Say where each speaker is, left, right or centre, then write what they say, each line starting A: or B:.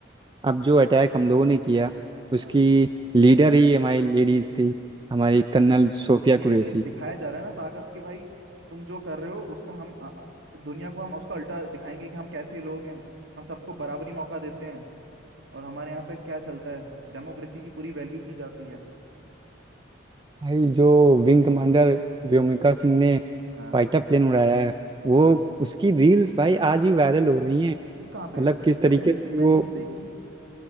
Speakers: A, on the right (about 25°); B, on the right (about 65°).
A: अब जो अटैक हम लोगों ने किया उसकी
B: हाँ
A: लीडर ही हमारी लेडीज़ थी हमारी
B: हाँ
A: कर्नल सोफिया
B: ये
A: कुरैशी
B: ये दिखाया जा रहा है ना ताकत कि भाई तुम जो कर रहे हो उसका हम अ, अ, दुनिया को हम उसका उल्टा दिखाएंगे कि हम कैसे लोग हैं हम सबको बराबरी मौका देते हैं और हमारे यहाँ पे क्या चलता है डेमोक्रेसी की पूरी वैल्यू की जाती है
A: भाई जो विंग कमांडर व्योमिका सिंह ने
B: हाँ
A: फाइटर प्लेन उड़ाया है वो
B: हाँ
A: उसकी रील्स भाई आज भी वायरल हो रही हैं
B: ये कहाँ पे
A: मतलब
B: है
A: किस तरीके
B: मैंने नहीं-
A: से
B: मैंने
A: वो
B: नहीं देखी